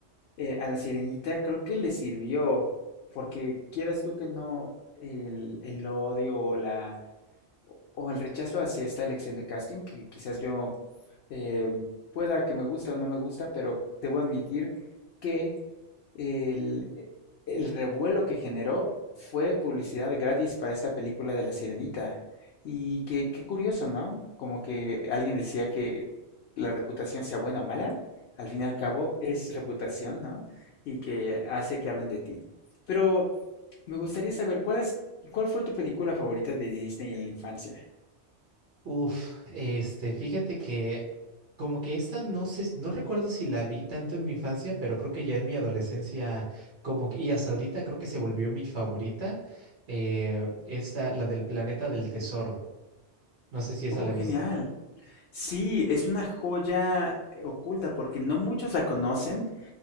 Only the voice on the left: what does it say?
Eh, a la Sirenita creo que le sirvió, porque quieras tú que no, el, el odio o la o el rechazo hacia esta elección de casting, que quizás yo eh, pueda que me gusta o no me gusta, pero debo admitir que el, el revuelo que generó fue publicidad gratis para esta película de La Sirenita. Y qué, qué curioso, ¿no? Como que alguien decía que la reputación sea buena o mala, al fin y al cabo es reputación, ¿no? Y que hace que hablen de ti. Pero me gustaría saber cuál es ¿Cuál fue tu película favorita de Disney en la infancia?
Oh,
genial.
Sí, es una joya eh, oculta porque no muchos la conocen.